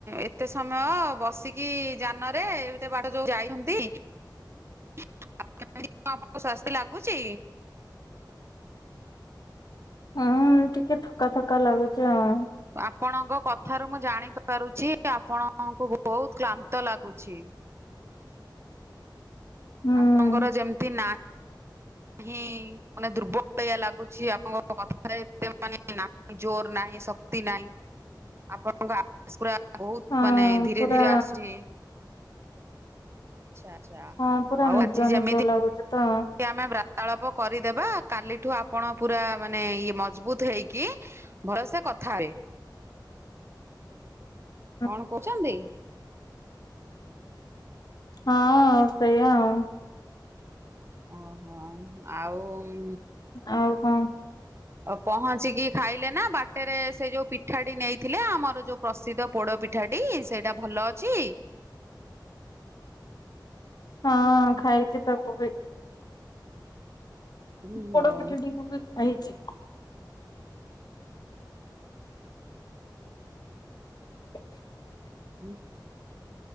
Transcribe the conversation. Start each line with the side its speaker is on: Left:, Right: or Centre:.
Right: ଏତେ ସମୟ ବସିକି ଯାନରେ ବା ଯୋଉ ଯାଇଛନ୍ତି। <unintelligible> ସ୍ୱାସ୍ଥ୍ୟ ଲାଗୁଛି।
Left: ଉୁଁ ଟିକେ ଥକା ଥକା ଲାଗୁଛି ଆଉ।
Right: ଆପଣଙ୍କ କଥାରୁ ମୁଁ ଜାଣି ପାରୁଛି ଆପଣ ଆମଙ୍କୁ ବହୁତ କ୍ଳାନ୍ତ ଲାଗୁଛି।
Left: ହୁଁ
Right: ଆପଣଙ୍କର ଯେମିତି ନା ହୁଁ ମାନେ ଦୂର୍ବଳିଆ ଲାଗୁଛି ଆପଣଙ୍କ କଥାରେ ଏତେ ମାନେ ନାହିଁ ଜୋର ନାହିଁ। ଶକ୍ତି ନାହିଁ। ଆକାଶ ପୁରା ବହୁତ
Left: ହଁ
Right: ମାନେ ଧୀରେ
Left: ପୁରା
Right: ଧୀରେ ଆସୁଛି। ଆଚ୍ଛା- ଆଚ୍ଛା
Left: ହଁ ପୁରା
Right: ଆଉ
Left: ନିଦ
Right: ଆଜି ଯେମିତି
Left: ନିଦ ଲାଗୁଛି ତ
Right: ଆମେ <unintelligible> ଅଳପ କରିଦେବା କାଲିଠୁ ଆପଣ ପୁରା ମାନେ ଇଏ ମଜବୁତ ହେଇକି ଭଲସେ କଥା ହେବେ
Left: ହଁ
Right: କଣ କହୁଛନ୍ତି?
Left: ହଁ ଆଉ ସେଇଆା ଆଉ।
Right: ଓ ହୋ ଆଉ।
Left: ଆଉ କଁ ।
Right: ପହଞ୍ଚିକି ଖାଇଲେ ନା ବାଟରେ ସେ ଯୋଉ ପିଠାଟି ନେଇଥିଲେ, ଆମର ଯୋଉ ପ୍ରସିଦ୍ଧ ପୋଡ ପିଠା ଟି ସେଇଟା ଭଲ ଅଛି।
Left: ହଁ ଖାଇଛି ତାକୁ ବି।
Right: ହୁଁ ହଁ।
Left: ପୋଡ ପିଠାଟିକୁ ବି ଖାଇଛି। <inaudible>
Right: ହୁଁ।